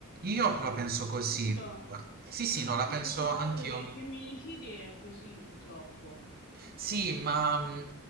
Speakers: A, on the right; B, on the left.
A: Io
B: Eh,
A: la penso
B: soprattutto,
A: così. Sì,
B: soprattutto
A: sì, no, la penso
B: sul caso
A: anch'io.
B: dei femminicidi è così purtroppo.
A: Sì, ma mh,